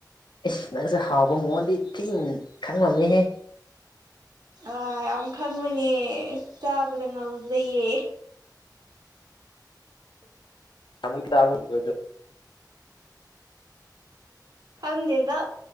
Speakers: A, on the left (about 85°); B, on the right (about 60°).
A: ꯏꯁꯁ ꯅꯪꯁꯦ ꯍꯥꯎꯕ ꯃꯑꯣꯣꯟꯗꯤ ꯊꯤꯟꯅ ꯈꯪꯂꯝꯃꯤꯍꯦ
B: ꯑꯥ ꯌꯥꯝ ꯈꯪꯕꯨꯅꯦ ꯆꯥꯕꯗ ꯉꯥꯎꯖꯩꯌꯦ
A: ꯅꯃꯛ ꯇꯕ ꯑꯗꯨ
B: ꯈꯪꯗꯔꯗ